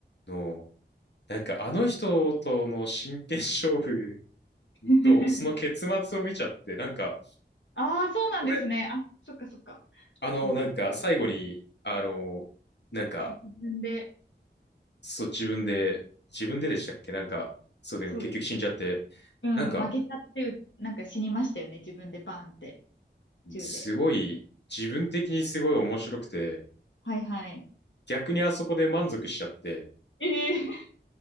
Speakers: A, on the left (about 65°); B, on the left (about 80°).
A: の、なんかあの人との真剣勝負
B: <laughs>
A: とその結末を見ちゃって、なんか、
B: ああ、そうなんですね。
A: 俺、
B: あ、そっかそっか。
A: あの、
B: うん、
A: なんか最後に、あの、なんか、
B: 自分で、
A: そう、自分で、自分ででしたっけなんか、そうでも結局死んじゃって、
B: そうです。うん、
A: なんか、
B: 負けちゃって、なんか死にましたよね。自分でバーンって、銃で。
A: すごい、自分的にすごい面白くて、
B: はいはい。
A: 逆にあそこで満足しちゃって、
B: ええ <laughs>